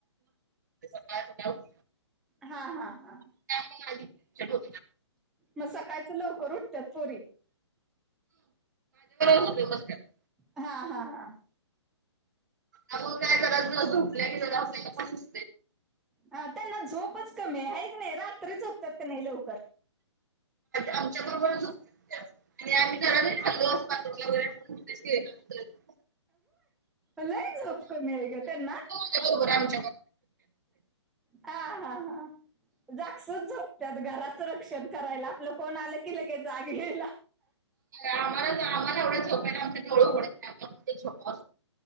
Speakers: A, on the right; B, in the centre.
A: ह <inaudible>
B: हा हा हा
A: मा चलो
B: मग सकाळचं लवकर उठतात पोरी.
A: मस् <inaudible>
B: हा हा हा
A: अ काय कर <inaudible> झोपल्या ज अस
B: ह त्यांना झोपच कमी आहे का नाही रात्री झोपतात क नाही लवकर
A: आमच्या बरोबर झोपत्यात आणि आम्ही घराने ठचालो असं बगलंगर केलं <inaudible>
B: लयच झोप कमी आहे का त्यांना
A: त्या बरोबर आमच्या
B: हा हा हा जागसूद झोपतात घराचं रक्षण करायला आपलं कोण आलं कि ले जागे
A: आम्हाला आम्हाला एवढं ोप्याय आमच् डोळे उगडत नाही आला झोपं